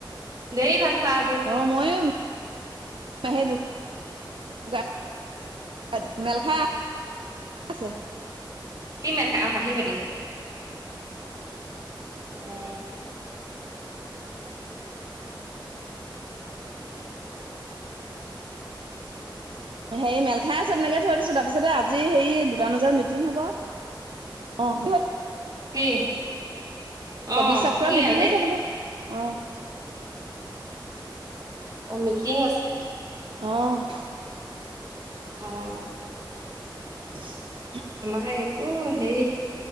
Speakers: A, on the right; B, on the right.
A: দেৰি ভাত খোৱা আজি।
B: অ', মইও <unintelligible> <unintelligible> মেলখাই আছে।
A: কি মেল খায় অ', কাঁহি বাতি। উম।
B: হেৰি মেল খাই আছে তেনেকে থৈ দিছো তাৰপিছতে আজি হেৰি দুটান বজাত মিটিং হব। অ'।
A: কি?
B: কবি
A: অ
B: চক্ৰৰ
A: কি
B: মিটিং
A: আজি
B: আছে বোলো অ'।
A: অ', মিটিং আছে?
B: অ'।
A: অ'।
B: উ <unintelligible>
A: আমাৰ একো হেই